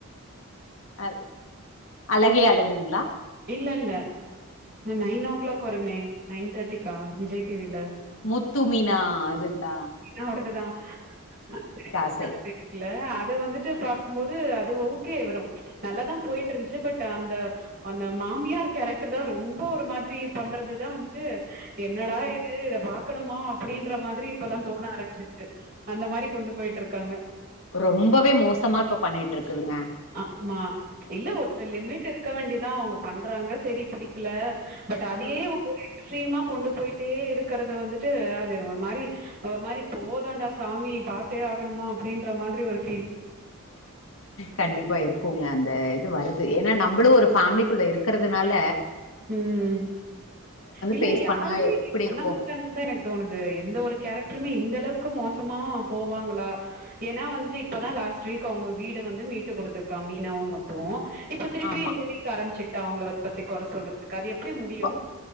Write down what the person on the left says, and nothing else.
அத் அழகே அழகுங்ளா
முத்து மீனா அதுங்களா
ஆசை
ம்
ம்
ரொம்பவே மோசமா இப்ப பண்ணிட்டு இருக்குதுங்க
ம்
கண்டிப்பா இருக்குங்க அந்த இது வருது ஏன்னா நம் நம்மளு ஒரு ஃபேமிலிக்குள்ள இருக்கறதுனால
பேஸ்
பண்ணா எப்டி
இருக்கு
ஆமா
கொ